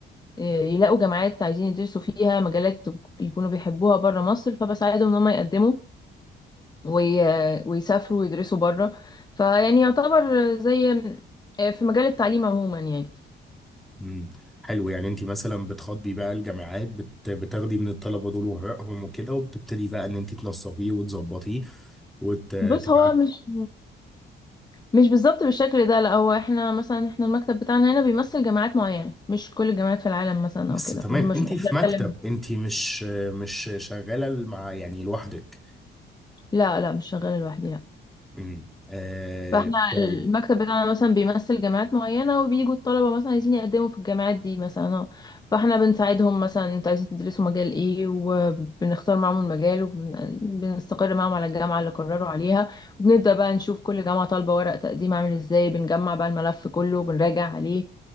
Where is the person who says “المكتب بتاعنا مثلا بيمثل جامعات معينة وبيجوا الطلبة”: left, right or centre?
Left